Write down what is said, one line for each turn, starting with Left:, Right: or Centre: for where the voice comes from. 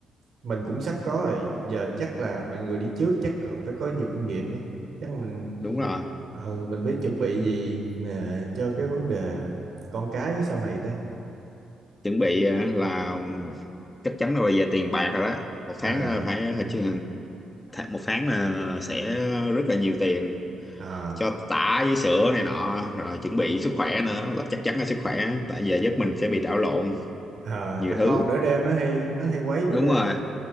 Right: mình cũng sắp có rồi giờ chắc là bạn người đi trước chắc còn phải có nhiều kinh nghiệm á chắc mình
Left: đúng rồi
Right: ừ, mình phải chuẩn bị gì nè, cho cái vấn đề con cái sau này ta
Left: chuẩn bị ờ, là chắc chắn là về tiền bạc rồi đó một tháng
Right: à
Left: ờ, phải hồi chứ một tháng là sẽ rất là nhiều tiền
Right: à
Left: cho tả với sữa này nọ rồi chuẩn bị sức khỏe nữa là chắc chắn là sức khỏe tại giờ giấc mình sẽ bị đảo lộn
Right: à,
Left: nhiều
Right: là
Left: thứ
Right: con nửa đêm nó hay nó hay quấy
Left: đúng
Right: nửa đêm
Left: rồi
Right: lắm